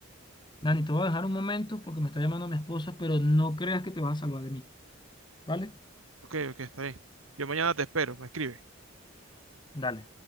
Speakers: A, on the left; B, on the right.
A: Dani, te voy a dejar un momento porque me está llamando mi esposa, pero no creas que te vas a salvar de mí, ¿vale?
B: Ok, ok, está bien. Yo mañana te espero, me escribes.
A: Dale.